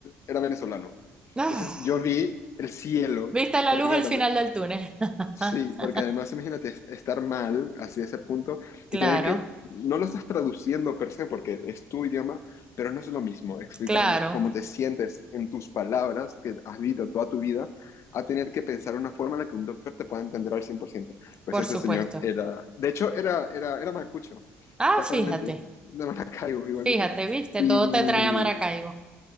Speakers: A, on the left (about 55°); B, on the right (about 15°).
A: era venezolano.
B: Ah,
A: Entonces yo vi el cielo,
B: ¿viste la
A: porque
B: luz
A: claro,
B: al final del túnel? <laughs>
A: Sí, porque además imagínate es- estar mal así de ese punto y
B: Claro,
A: tener que, no lo estás traduciendo per se porque es tu idioma, pero no es lo mismo explicar
B: claro,
A: cómo te sientes en tus palabras que has vivido toda tu vida a tener que pensar una forma en la que un doctor te pueda entender al 100%. Pues
B: por
A: ese
B: supuesto.
A: señor era, de hecho era, era, era malcucho,
B: Ah,
A: casualmente,
B: fíjate,
A: de Maracaibo, igual
B: fíjate,
A: que tú. Mm.
B: viste,
A: Y,
B: todo te trae a Maracaibo.